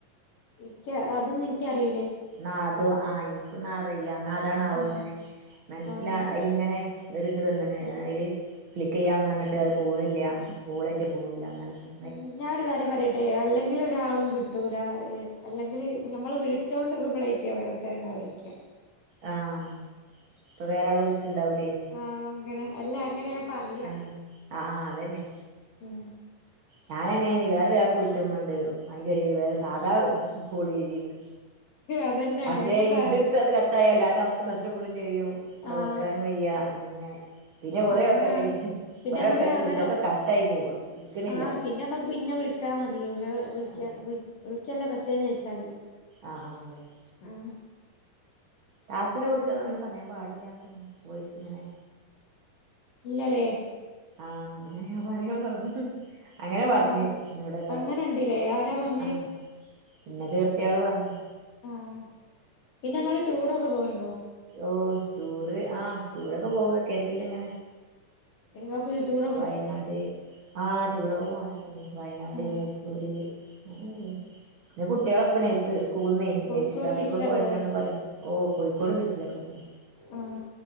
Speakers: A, on the left; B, on the right.
A: എനിക്ക് അതൊന്നും എനിക്ക് അറിയി
B: എന്നാ അത് ആ എനിക്കൊന്നും അറിയില്ല എന്നാ അതാണാവും
A: ഉം
B: ഇങ്ങനെ മനസിലാ
A: ആഹ്
B: ഇങ്ങനെ ഒരിത് വന്നിന് അയില്‌ ക്ലിക്ക് ചെയ്യാന്ന് പറഞ്ഞിട്ട് അത് പോണില്ല കോളേറ്റ് പോണൂ ഇല്ല അങ്ങനങ്ങനെ
A: ഉം ഞാൻ ഒരു കാര്യം പറയട്ടെ അല്ലെങ്കിൽ ഒരാളും കി കിട്ടൂലാ അല്ലെങ്കില് നമ്മള് വിളിച്ചു കൊണ്ട് നിക്കുമ്പോളായിരിക്കും ഓരോരുത്തര് ഇങ്ങനെ വിളിക്കുക
B: ആഹ് ഇപ്പൊ വേറെ ആള് വിളിക്കണുണ്ടാവൂലേ
A: ആഹ് അങ്ങനെ അല്ല അങ്ങനെയാ പറയാ
B: ആഹ് ആഹ് അതന്നെ
A: ഉം
B: ഞാനാണെ വേറൊരാൾക്ക് വിളിച്ചങ്ങാണ്ട് അതിന്റെ ഇടയിൽ വേറെ സാധാ കോള് ചെയ്യണ്ട്
A: അതന്നെയാണ്
B: പക്ഷെ
A: നമ്മുക്ക് ആ
B: ഇതെടുത്ത് അത് ക ട്ടായാൽ എല്ലാ ടാസ്കും നഷ്ടപ്പെടുവേയും ചെയ്യും അത്
A: ആ
B: വെക്കാനും വയ്യ അങ്ങനെ പിന്നെ കുറെ
A: അങ്ങനാണ്
B: ആൾക്കാർ
A: പിന്നെ
B: കൊറെ
A: നമ്മക്ക്
B: ആൾക്കാർക്ക്
A: അങ്ങനെ
B: വിളിച്ചാ ഒക്കെ കട്ടായി പോവുവാ എടുക്കണില്ല
A: ആ പിന്നെ നമ്മുക്ക് പിന്നെ വിളിച്ചാൽ മതി ഓല് വിളിക്ക
B: ആഹ്
A: വിളിക്കുവല്ല മെസ്സേജ് അയച്ചാൽ മതി
B: ആഹ് ആഹ് അതെന്നെ
A: ഉം
B: ടാസ്കിനെ കുറിച്ചൊന്നും അങ്ങനെ പറയാൻ പാടില്ല എന്നൊക്കെ പറഞ്ഞ് വോയിസ് ഇങ്ങനെ
A: ഇല്ലല്ലേ
B: ആഹ് അങ്ങനെ ഞാൻ പറയാൻ മറന്നു അങ്ങനെ
A: ആ
B: പറഞ്ഞു നിന്നോട് ഒരാള്
A: അങ്ങനെണ്ട്ല്ലേ ആരാ പറഞ്ഞേ
B: ആഹ് ഇന്നെ ചേർത്തിയ ആള് പറഞ്ഞു
A: ആഹ് പിന്നെ ഇങ്ങൾ ടൂറൊക്കെ പോകലുണ്ടോ
B: ഓഹ് ടൂറ് ആ ടൂറൊക്കെ പോകും വെക്കേഷൻല്ല ഇങ്ങനെ
A: ഇങ്ങക്ക് ടൂർ
B: വയനാട് ആഹ് ടൂറൊക്കെ പോണ ഇഷ്ടന്നെ വയനാട്
A: ആ
B: മൈസൂര് അങ്ങനെ പോയി പിന്നെ കുട്ടികള ഇപ്പം നയ്സ സ്കൂളനെയ്
A: കോഴിക്കോട്
B: രക്ഷിതാക്കള്
A: ബീച്ചിലൊക്കെ
B: പോരന്നന്ന്
A: പോവലുണ്ടോ
B: പറയും ഓ കോഴിക്കോട് ബീച്ചിൽ ഒക്കെ പോവും
A: ആ